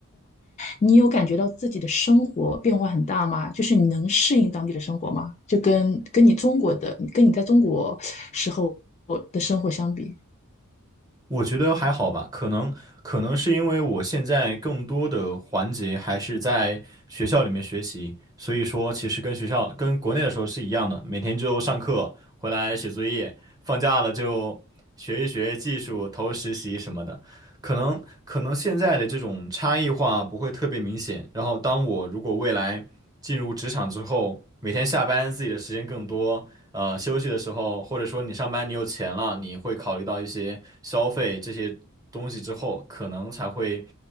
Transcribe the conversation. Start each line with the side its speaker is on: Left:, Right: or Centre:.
Left: 你有感觉到自己的生活变化很大吗？就是你能适应当地的生活吗？就跟跟你中国的，跟你在中国时候的生活相比。
Right: 我觉得还好吧，可能可能是因为我现在更多的环节还是在学校里面学习，所以说其实跟学校跟国内的时候是一样的，每天就上课，回来写作业，放假了就学一学技术，投实习什么的。可能可能现在的这种差异化不会特别明显，然后当我如果未来进入职场之后，每天下班自己的时间更多，呃，休息的时候，或者说你上班你有钱了，你会考虑到一些消费这些东西之后，可能才会